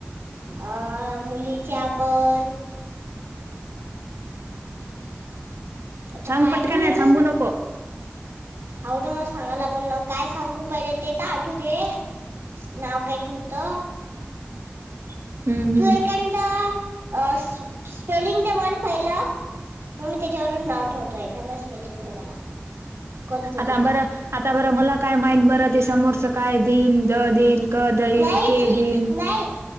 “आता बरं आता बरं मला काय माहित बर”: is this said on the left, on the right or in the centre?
Right